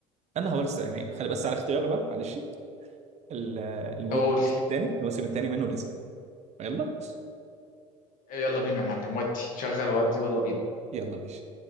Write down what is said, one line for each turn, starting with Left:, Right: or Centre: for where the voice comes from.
Right: انا هقول الس- يعني خلي بس على اختياري بقى معلش ال- المو-
Left: قول
Right: الموسم الثاني الموسم الثاني منه نزل يلا
Left: يلا بينا يا معلم ودي شغل ودي يلا بينا
Right: يلا ماشي